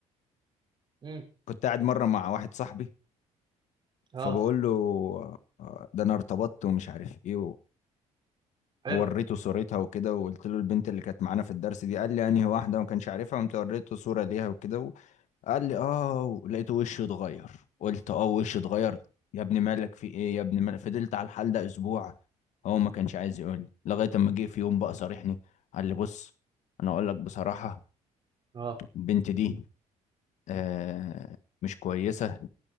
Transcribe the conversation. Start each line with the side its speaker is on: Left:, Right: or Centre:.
Right: امم
Left: كنت قاعد مرة مع واحد صاحبي
Right: اه
Left: فبقول له آه، ده انا ارتبطت ومش عارف ايه
Right: حلو
Left: ووريته صورتها وكده وقلت له البنت اللي كانت معانا في الدرس دي قال لي انهي واحده وما كانش عارفها قمت وريته صوره ليها وكده وقال لي اه لقيته وشه اتغير قلت اه وشه اتغير يا ابني مالك في ايه يا ابني مالك فضلت على الحال ده اسبوع هو ما كانش عايز يقول لي لغايه اما جه في يوم بقى صارحني قال لي بص انا اقول لك بصراحه
Right: اه
Left: البنت دي آه مش كويسه